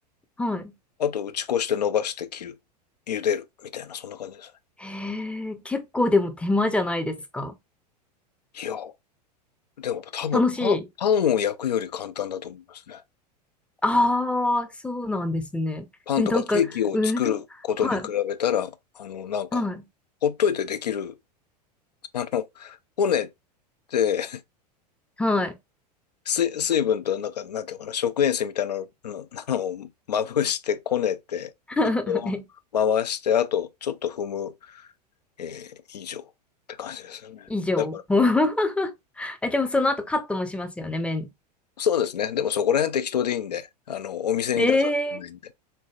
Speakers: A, in the centre; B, on the left.
A: はい。
B: あと、打ち粉して伸ばして切る。茹でる。みたいな、そんな感じですね。
A: へえ、結構でも手間じゃないですか。
B: いや、でも多分パン、
A: 楽しい。
B: パンを焼くより簡単だと思いますね。
A: ああ、そうなんですね。
B: パンとかケーキを作ることに比べたら、
A: え、なんか、うどん、はい、
B: あの、なんか、
A: はい、
B: ほっといてできる、<laughs> あの、骨って、
A: はい。
B: <laughs> 水、水分と、なんか、なんていうのかな、食塩水みたいなの、のあ <laughs> のまぶしてこねて、
A: <laughs>
B: 水を回して、あと、ちょっと踏む、えー以上って感じですよね。
A: 以上。
B: だから、
A: <laughs> え、でもその後カットもしますよね、麺。
B: そうですね。でもそこら辺適当でいいんで、あの、お店に出すわけじゃないんで、
A: ええ